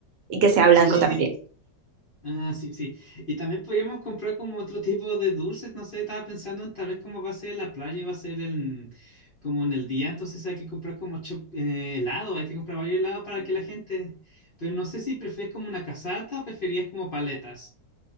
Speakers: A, on the right; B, on the left.
A: y que sea blanco
B: Sí,
A: también.
B: s- ah, sí, sí. Y también podríamos comprar como otro tipo de dulces, no sé, estaba pensando en tal vez como va a ser la playa y va a ser en como en el día, entonces hay que comprar como cho- eh, helado, hay que comprar varios helados para que la gente, pero no sé si prefieres como una casata o preferías como paletas.